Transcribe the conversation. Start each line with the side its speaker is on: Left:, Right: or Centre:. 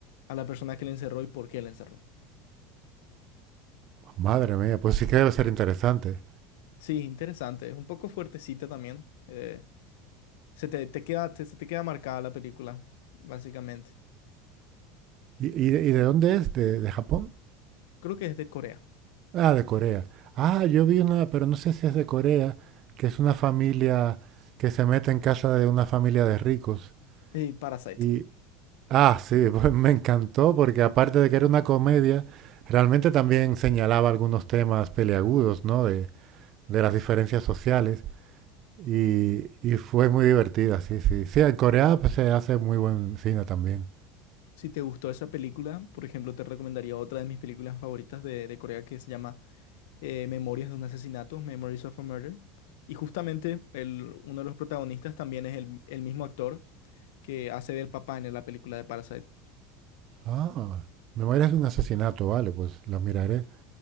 Left: a la persona que le encerró y por qué le encerró.
Right: Madre mía, pues sí que debe ser interesante.
Left: Sí, interesante, es un poco fuertecita también. eh, se te, te queda, te- se te queda marcada la película, básicamente.
Right: ¿Y, y de y de dónde es? ¿De, de Japón?
Left: Creo que es de Corea.
Right: Ah, de Corea. Ah, yo vi una, pero no sé si es de Corea, que es una familia que se mete en casa de una familia de ricos.
Left: Eh, Parasite.
Right: Y, Ah, sí, <laughs> pues me encantó porque aparte de que era una comedia, realmente también señalaba algunos temas peliagudos, ¿no? De, de las diferencias sociales y, y fue muy divertida, sí, sí. Sí, en Corea pues, se hace muy buen cine también.
Left: Si te gustó esa película, por ejemplo, te recomendaría otra de mis películas favoritas de, de Corea que se llama eh, Memorias de un asesinato, Memories of a Murder. Y justamente el, uno de los protagonistas también es el, el mismo actor que hace del papá en la película de Parasite.
Right: Ah, Memorias de un asesinato, vale, pues la miraré.